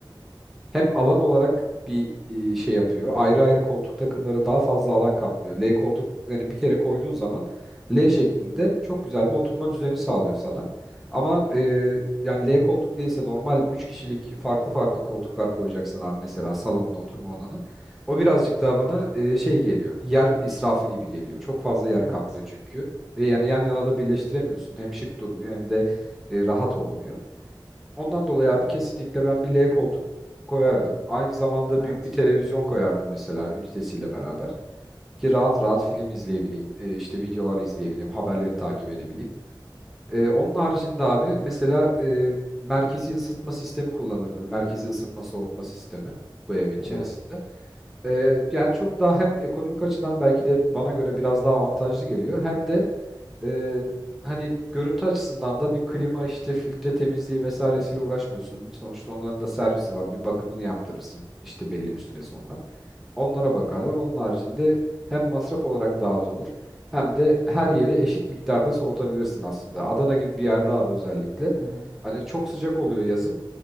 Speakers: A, in the centre; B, on the left.
A: Hem alan olarak bir e, şey yapıyor. Ayrı ayrı koltuk takımları daha fazla alan kaplıyor. L koltuk yani bir kere koyduğun zaman L şeklinde çok güzel bir oturma düzeni sağlıyor sana. Ama e, yani L koltuk değilse normal 3 kişilik farklı farklı koltuklar koyacaksın abi mesela salonuna oturma odana. O birazcık daha bana e, şey geliyor. Yer israfı gibi geliyor. Çok fazla yer
B: Evet.
A: kaplıyor çünkü. Ve yani yan yana da birleştiremiyorsun. Hem şık durmuyor hem de e, rahat olmuyor. Ondan dolayı abi kesinlikle ben bir L koltuk koyardım. Aynı zamanda
B: Evet.
A: büyük bir televizyon koyardım mesela ünitesiyle beraber. Ki rahat rahat film izleyebileyim, e, işte videolar izleyebileyim, haberleri takip edebileyim. E, onun haricinde abi mesela e, merkezi ısıtma sistemi kullanırdım. Merkezi ısıtma soğutma sistemi bu evin içerisinde.
B: Evet.
A: E, yani çok daha hem ekonomik açıdan belki de bana göre biraz daha avantajlı geliyor. Hem de ee, hani görüntü açısından da bir klima işte filtre temizliği vesairesiyle uğraşmıyorsun. Sonuçta onların da servisi var. Bir bakımını yaptırırsın işte belli bir süre sonra. Onlara bakarlar. Onun haricinde hem masraf olarak daha az olur hem de her yeri eşit miktarda soğutabilirsin aslında. Adana gibi bir yerde abi özellikle.
B: Hı hı.
A: Hani çok sıcak oluyor yazın.